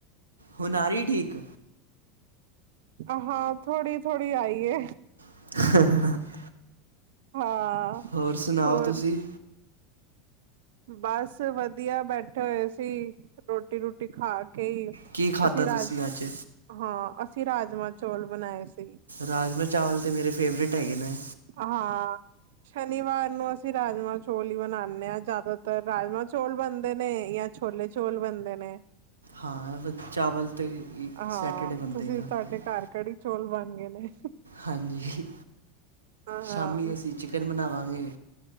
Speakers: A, on the right; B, on the right.
A: ਹੁਣ ਆ ਰਹੀ ਠੀਕ।
B: ਹਾਂ। ਥੋੜੀ-ਥੋੜੀ ਆਈਏ।
A: <unintelligible>
B: ਹਾਂ
A: ਹੋਰ ਸੁਣਾਓ
B: ਹੋਰ।
A: ਤੁਸੀਂ
B: ਬਸ ਵਧੀਆ ਬੈਠੇ ਹੋਏ ਸੀ ਰੋਟੀ ਰੂਟੀ ਖਾ ਕੇ ਹੀ।
A: ਕੀ ਖਾਧਾ
B: ਅਸੀਂ ਰਾਜ
A: ਤੁਸੀਂ ਅੱਜ।
B: ਹਾਂ ਅਸੀਂ ਰਾਜਮਾਂ ਚੌਲ ਬਣਾਏ ਸੀ।
A: ਰਾਜਮਾਂ ਚਾਵਲ ਤਾਂ ਮੇਰੇ ਫੇਵਰੇਟ ਹੈਗੇ ਨੇ।
B: ਹਾਂ। ਸ਼ਨੀਵਾਰ ਨੂੰ ਅਸੀਂ ਰਾਜਮਾਂ- ਚੌਲ ਹੀ ਬਣਾਉਦੇ ਹਾਂ। ਜ਼ਿਆਦਾਤਰ ਰਾਜਮਾਂ -ਚੌਲ ਬਣਦੇ ਨੇ। ਜਾਂ ਛੋਲੇ- ਚੋਲ ਬਣਦੇ ਨੇ।
A: ਹਾਂ। ਚਾਵਲ 'ਤੇ
B: ਹਾਂ।
A: ਸੈਟਰਡੇ ਬੰਦੇ
B: ਤੁਸੀਂ
A: ਹੀ ਨਾ ਹੁੰਦੇ
B: ਤੁਹਾਡੇ ਘਰ ਕੜੀ-ਚੌਲ ਬਣ ਗਏ ਨੇ।
A: ਹਾਂਜੀ।
B: ਹਾਂ
A: ਸ਼ਾਮੀ ਅਸੀਂ ਚਿਕਨ ਬਣਾਵਾਂਗੇ।